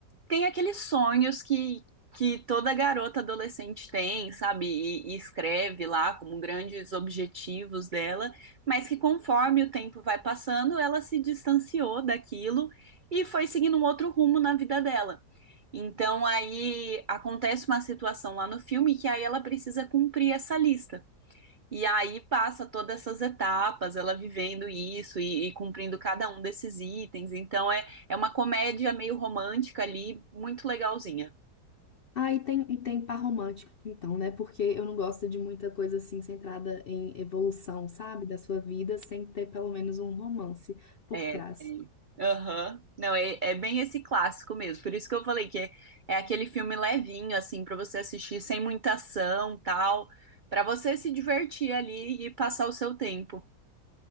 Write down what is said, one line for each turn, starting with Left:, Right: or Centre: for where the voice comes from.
Right: tem aqueles sonhos que, que toda garota adolescente tem, sabe? E, e escreve lá como grandes objetivos dela, mas que conforme o tempo vai passando, ela se distanciou daquilo e foi seguindo um outro rumo na vida dela. Então aí acontece uma situação lá no filme que aí ela precisa cumprir essa lista. E aí passa todas essas etapas, ela vivendo isso e, e cumprindo cada um desses itens. Então é, é uma comédia meio romântica ali, muito legalzinha.
Left: Ah, e tem, e tem par romântico, então, né? Porque eu não gosto de muita coisa assim centrada em evolução, sabe? Da sua vida, sem ter pelo menos um romance por
Right: É,
Left: trás.
Right: tem. Aham. Não, é, é bem esse clássico mesmo. Por isso que eu falei que é, é aquele filme levinho, assim, pra você assistir sem muita ação, tal, pra você se divertir ali e passar o seu tempo.